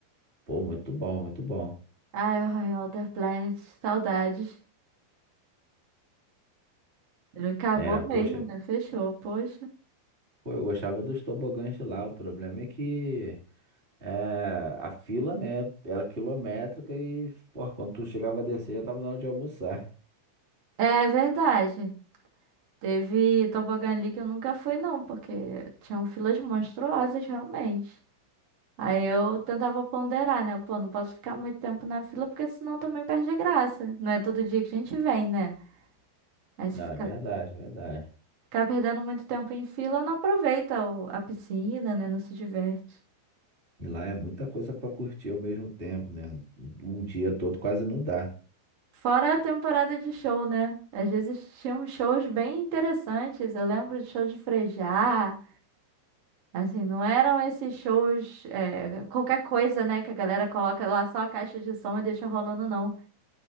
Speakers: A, on the right (about 15°); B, on the right (about 35°).
A: Pô, muito bom, muito bom.
B: Ai, ai, Outer Planet, saudades. Ele acabou
A: É, poxa,
B: mesmo, né? Fechou, poxa.
A: pô, eu gostava dos tobogãs de lá. O problema é que. É, a fila, né, era quilométrica e, porra, quando tu chegava a descer, já tava na hora de almoçar.
B: É verdade. Teve Tobogã ali que eu nunca fui, não, porque tinham filas monstruosas, realmente. Aí eu tentava ponderar, né? Pô, não posso ficar muito tempo na fila, porque senão também perde a graça. Não é todo dia que a gente vem, né?
A: <laughs>
B: Aí se
A: Não,
B: ficar,
A: é verdade, é verdade.
B: ficar perdendo muito tempo em fila, não aproveita o- a piscina, né? Não se diverte.
A: E lá é muita coisa pra curtir ao mesmo tempo, né? Um dia todo quase não dá.
B: Fora a temporada de show, né? Às vezes tinham shows bem interessantes. Eu lembro de show de Frejá. Assim, não eram esses shows, é, qualquer coisa, né? Que a galera coloca lá só a caixa de som e deixa rolando, não.